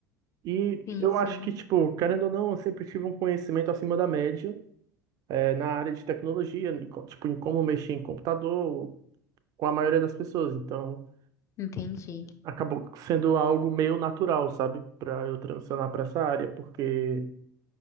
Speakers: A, on the right; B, on the left.
A: E
B: Sim,
A: eu
B: sim,
A: acho que, tipo, querendo ou não, eu sempre tive um conhecimento acima da média, eh, na área de tecnologia, em co- tipo, em como mexer em computador, com a maioria das pessoas. Então,
B: entendi.
A: acabou sendo algo meio natural, sabe, para eu transicionar para essa área, porque,